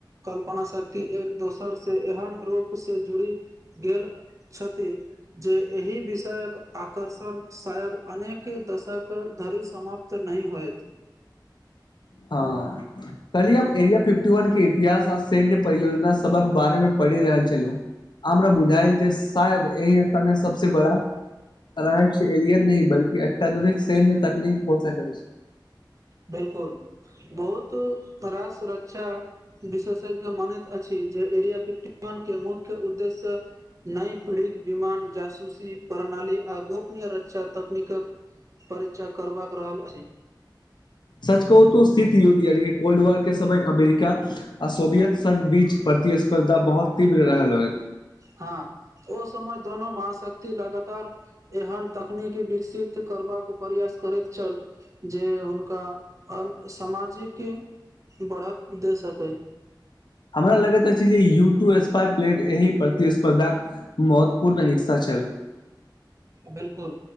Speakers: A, on the right; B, on the left.
A: कल्पना शक्ति एक दोसर से एहन रूप से जुड़ी गेल छति जे एहि विषयक आकर्षण शायद अनेक दशक धरि समाप्त तऽ नहि होयत
B: हँ कली हम एरिया फिफ्टी वन के इतिहास आ सैन्य परियोजना सबक बारेमे पढ़ि रहल छलू हमरा बुझायल जे शायद एहि स्तमे सबस बड़ा रहै एलियत नहि बल्कि अत्याधुनिक सन्य तकनीक हो सकै
A: बिलकुल बहुत तरा सुरक्षा विशेषज्ञ मानैत अछि जे एरिया फिफ्टी वन के मुख्य उद्देश्य नई पीढ़ीक विमान जासूसी प्रणाली आ गोपनीय रक्षा तकनीकक परीक्षा करबाक रहल अछि
B: सच कहू तऽ सथित युद्ध यानि कि कोल्ड वॉर के समय अमेरिका आ सोभियत सङ्घ बीच प्रतिस्पर्धा बहुत तीव्र रहल होइत
A: हँ ओ समय दनो महशक्ति लगातार एहन तकनीकी विकसित करबाक प्रयास करैत चल जे हुनका अलप सामाजिकि बढ़त दे सकय
B: हमरा लगैत अछि जे यू टू स्पा प्लेट एहि प्रतिस्पर्धा महत्वपूर्ण हिस्सा चल
A: बिलकुल